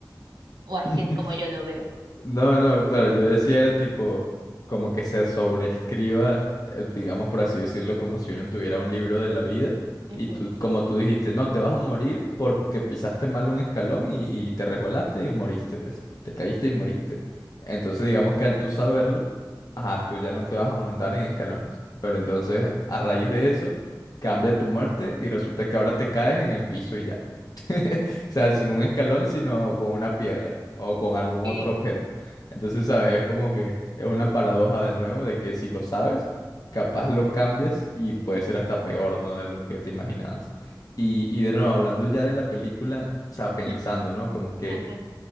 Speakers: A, on the right; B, on the left.
A: O así
B: <laughs>
A: es como yo lo veo.
B: No, no, claro, yo decía era tipo como que se sobreescriba, eh, digamos por así decirlo, como si uno tuviera un libro de la vida
A: Ujú.
B: y tú, como tú dijiste, no, te vas a morir porque pisaste mal un escalón y, y te resbalaste y moriste, pues, te caíste y moriste. Entonces digamos que al tú saberlo, ajá, tú ya no te vas a montar en escalones. Pero entonces a raíz de eso cambia tu muerte y resulta que ahora te caes en el piso y ya. <laughs> O sea, sin un escalón, sino con una piedra o con algún
A: Ok.
B: otro objeto. Entonces, ¿sabes? Es como que es una paradoja de nuevo de que si lo sabes, capaz lo cambias y puede ser hasta peor, ¿no? De lo que te imaginabas. Y, y de nuevo, hablando ya de la película, o sea, pensando,
A: <laughs>
B: ¿no? Como que
A: Ajá.